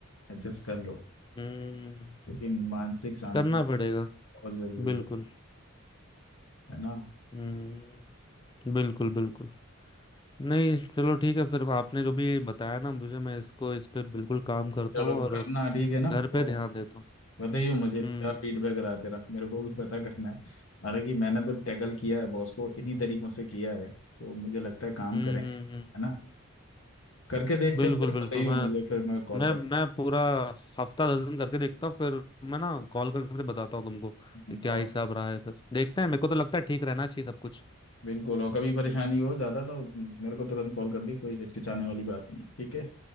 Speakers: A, on the left; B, on the left.
A: एडजस्ट कर लो
B: हम्म
A: क्योंकि मानसिक शांति
B: करना पड़ेगा
A: बहुत जरूरी
B: बिल्कुल
A: है है ना
B: हम्म बिल्कुल बिल्कुल नहीं चलो ठीक है फिर आपने जो भी बताया ना मुझे मैं इसको इस पे बिल्कुल काम करता
A: चलो
B: हूँ और
A: करना ठीक है ना
B: घर
A: और
B: पे ध्यान देता हूँ
A: बताइयो मुझे
B: हम्म
A: क्या फीडबैक रहा तेरा मेरे को भी पता करना है हालांकि मैंने तो टैकल किया है बॉस को इन्हीं तरीकों से किया है तो मुझे लगता है काम
B: हम्म
A: करेंगे
B: हम्म हम्म।
A: है ना करके देख चल
B: बिल्कुल
A: फिर बताइयो
B: बिल्कुल मैं
A: मुझे फिर मैं कॉल
B: मैं
A: करता
B: मैं पूरा हफ्ता दस दिन करके देखता हूँ फिर मैं ना कॉल करके फिर बताता हूँ तुमको कि
A: हूँ
B: क्या
A: और
B: हिसाब रहा है फिर देखते हैं मेरे को तो लगता है ठीक रहना चाहिए सब कुछ
A: बिल्कुल और कभी परेशानी हो ज़्यादा तो मेरे को तुरंत कॉल कर दी कोई हिचकिचाने वाली बात नहीं है ठीक है